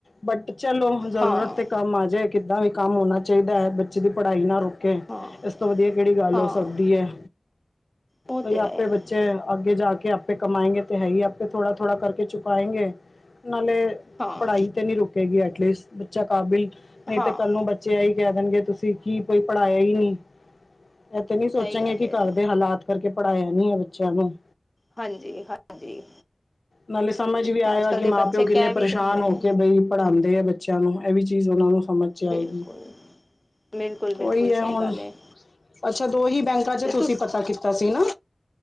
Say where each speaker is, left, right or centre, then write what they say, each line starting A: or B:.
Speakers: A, on the left; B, on the left.
A: ਬਟ ਚਲੋ ਜ਼ਰੂਰਤ
B: ਹਾਂ
A: ਤੇ ਕੰਮ ਆ ਜਾਏ ਕਿੱਦਾਂ ਵੀ ਕੰਮ ਹੋਣਾ ਚਾਹੀਦਾ ਹੈ ਬੱਚੇ ਦੀ ਪੜ੍ਹਾਈ ਨਾ ਰੁਕ ਇਸ
B: ਹਾਂ
A: ਤੋਂ ਵਧੀਆ ਕਿਹੜੀ ਗੱਲ
B: ਹਾਂ
A: ਹੋ ਸਕਦੀ ਹੈ।
B: ਉਹ
A: ਭ
B: ਤੇ ਹੈ
A: ਆਪੇ ਬੱਚੇ ਅੱਗੇ ਜਾ ਕੇ ਆਪੇ ਕਮਾਏਂਗੇ ਅਤੇ ਹੈ ਹੀ ਆਪੇ ਥੋੜ੍ਹਾ- ਥੋੜ੍ਹਾ ਕਰਕੇ ਚੁਕਾਏਂਗੇ। ਨਾਲੇ
B: ਹਾਂ
A: ਪੜ੍ਹਾਈ ਤੇ ਨੀ ਰੁਕੇਗੀ ਐਟਲੀਸਟ ਬੱਚਾ ਕਾਬਿਲ ਨਹੀਂ।
B: ਹਾਂ
A: ਤੇ ਕੱਲ ਨੂੰ ਬੱਚੇ ਹੀ ਕਹਿ ਦੇਣਗੇ ਤੁਸੀਂ ਕੀ ਕੋਈ ਪੜ੍ਹਾਇਆ ਹੀ ਨਹੀਂ। ਇਥ ਨੀ ਸੋਚਾਂਗੇ
B: ਸਹੀ ਗੱਲ
A: ਕਿ
B: ਹੈ
A: ਘਰ ਦੇ ਹਾਲਾਤ ਕਰਕੇ ਪੜ੍ਹਾਇਆ ਨੀ ਹੈ ਬੱਚਿਆਂ ਨੂੰ।
B: ਹਾਂਜੀ- ਹਾਂਜੀ।
A: ਨਾਲੇ ਸਮਝ ਵੀ ਆਏਗਾ
B: ਅੱਜ ਕੱਲ੍ਹ
A: ਕਿ
B: ਦੇ
A: ਮਾਂ
B: ਬੱਚੇ
A: -ਪਿਓ ਕਿੰਨੇ
B: ਕਹਿ ਵੀ
A: ਪਰੇਸ਼ਾਨ
B: ਦਿੰਦੇ
A: ਹੋ
B: ਨੇ
A: ਕੇ ਬਈ। ਪੜ੍ਹਾਉਂਦੇ ਆ ਬੱਚਿਆਂ ਨੂੰ ਇਹ ਵੀ ਚੀਜ਼ ਉਹਨਾਂ ਨੂੰ ਸਮਝ 'ਚ ਆਏਗੀ।
B: ਬਿਲਕੁਲ -ਬਿਲਕੁਲ -ਬਿਲਕੁਲ
A: ਉਹੀ
B: ਸਹੀ
A: ਹੁਣ
B: ਗੱਲ ਹੈ।
A: ਅੱਛਾ, ਦੋ ਹੀ ਬੈਂਕਾਂ ਚ'
B: ਤੇ
A: ਤੁਸੀਂ
B: ਤੁਸ
A: ਪਤਾ ਕੀਤਾ ਸੀ ਨਾ।